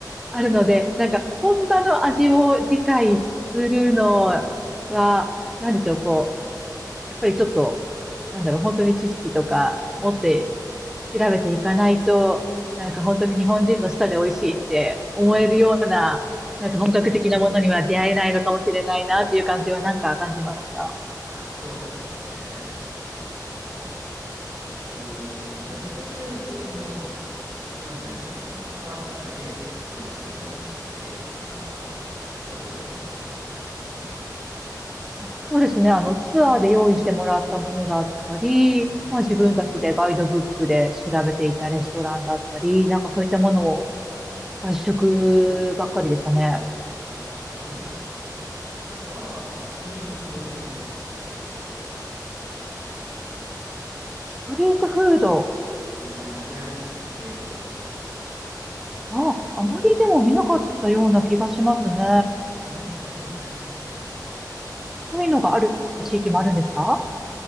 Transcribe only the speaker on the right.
はい。
うん
うん。うん。
ああ、そうなんですね。ああ。えっと、じゃあ旅行中はずっとその、なんでしょうか、そのアパートとかで作るとかいうんじゃなくて、あの、外でご飯を食べてた感じなんですか
あ
あ、ああ、そうなんですね。なんか、ストリートフード的なのは食べたりとかしたんですか
うん、なんか食べ歩きできる系のやつとか。
ああ、そうなんですね。